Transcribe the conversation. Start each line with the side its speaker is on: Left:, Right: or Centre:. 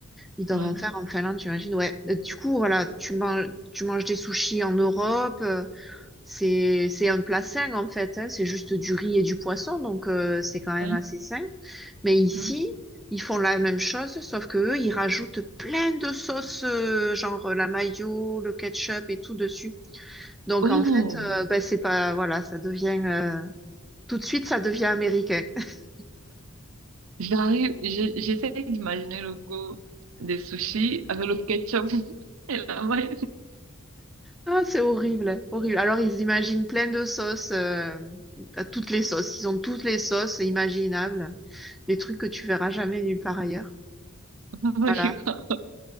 Centre: ils doivent
Right: Ouais.
Centre: en faire en Finlande, j'imagine. Ouais. Euh, Du coup, voilà, tu manges, tu manges des sushis en Europe. euh, C'est, c'est un plat sain en fait, hein. C'est juste du riz et du poisson, donc euh, c'est quand même
Right: Ouais.
Centre: assez sain. Mais ici,
Right: Ouais.
Centre: ils font la même chose, sauf que eux, ils rajoutent plein de sauces, euh, genre la mayo, le ketchup et tout dessus. Donc
Right: Oh,
Centre: en fait, euh, bah, c'est pas, voilà, ça devient euh, tout de suite, ça devient américain. <laughs>
Right: j'arrive, je- j'essaie d'imaginer le goût des sushis avec le ketchup <laughs> et la mayo-
Centre: Ah, c'est horrible, horrible. Alors ils imaginent plein de sauces, euh, à toutes les sauces. Ils ont toutes les sauces imaginables, des trucs que tu verras jamais nulle part ailleurs.
Right: <laughs>
Centre: Voilà.